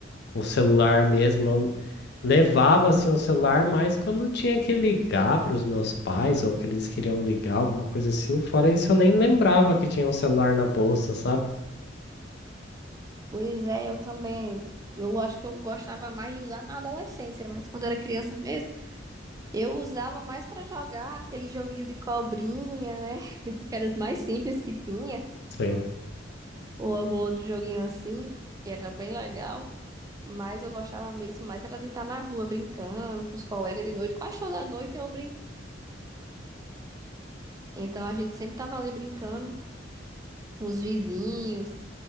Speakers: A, on the left; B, on the right.
A: o celular mesmo. Levava assim o celular, mas quando tinha que ligar para os meus pais ou que eles queriam ligar, alguma coisa assim, fora isso eu nem lembrava que tinha um celular na bolsa, sabe?
B: Pois é, eu também. Eu, eu acho que eu gostava mais de usar na adolescência, mas quando era criança mesmo, eu usava mais pra jogar aquele joguinho de cobrinha, né? <laughs> Que era os mais simples que tinha,
A: Sim.
B: ou algum outro joguinho assim, que era bem legal. Mas eu gostava mesmo mais era de estar na rua brincando com os colegas de noite. Quase toda noite eu brincava. Então a gente sempre tava ali brincando com os vizinhos.